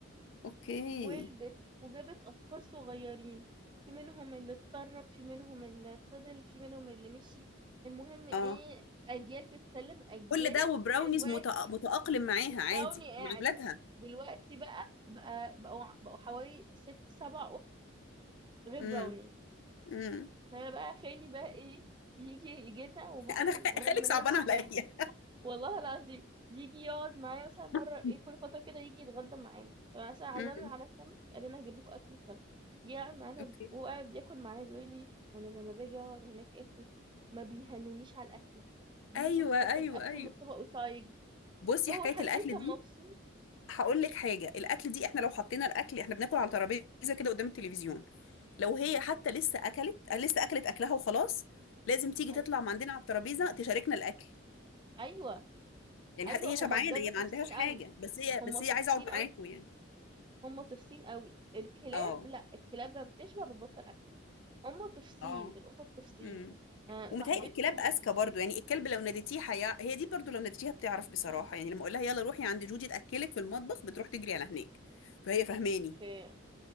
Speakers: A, on the left; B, on the right.
A: اوكي
B: ولدت وجابت أطفال صغيرين في منهم اللي اتسرب في منهم اللي فضل في منهم اللي مشي المهم ايه
A: اه
B: أجيال بتسلم أجيال
A: كل ده وبراونيز
B: دلوقتي
A: متأ- متأقلم معاها عادي
B: براوني قاعدة
A: مع اولادها
B: دلوقتي بقى بقى بقوا بقوا حوالي ست سبع قطط غير براوني
A: امم امم
B: فانا بقى خالي بقى ايه يجي يجي لنا ومساكن
A: انا خ-
B: قريب
A: خالك
B: مننا
A: صعبان
B: مش
A: عليا
B: بعيد والله العظيم يجي يقعد معايا مثلا مره
A: <laughs>
B: ايه كل فتره كده يجي يتغدى معانا فمثلا عزمنا
A: امم
B: على السمك قال لنا هجيب لكم اكل سمك جه قاعد معانا
A: اوكي
B: وهو قاعد بياكل معايا بيقول لي انا لما باجي اقعد هناك اكل ما بيهنونيش على الاكله بيجوا
A: ايوه
B: يخطفوا
A: ايوه
B: الاكل
A: ايوه
B: من الطبق ويطلعوا يجري
A: بصي
B: فهو
A: حكايه
B: حبيبي
A: الاكل
B: كان
A: دي
B: مبسوط
A: هقول لك حاجه الاكل دي احنا لو حطينا الاكل احنا بناكل على ترابيزه كده قدام التلفزيون لو هي
B: مم.
A: حتى لسه اكلت لسه اكلت اكلها وخلاص لازم تيجي
B: أي-
A: تطلع من عندنا على الترابيزه تشاركنا الاكل
B: ايوه
A: يعني
B: ايوه
A: حتى هي
B: هما
A: شبعانه
B: بجد
A: هي
B: طفسين
A: ما عندهاش حاجه
B: قوي
A: بس هي بس
B: هما طفسين
A: هي عايزه اقعد
B: قوي
A: معاكم يعني
B: هم طفسين قوي الكلاب
A: اه
B: لا الكلاب ما بتشبع بتبطل اكل هم طفسين
A: اه
B: القطط طفسين
A: امم
B: آه
A: ومتهيألي
B: صاحبتي
A: الكلاب اذكى برضو يعني الكلب لو ناديتيه هي... هي دي برضو لو ناديتيها بتعرف بصراحه يعني لما اقول لها يلا روحي عند جودي تاكلك في المطبخ بتروح تجري على هناك فهي فهماني
B: في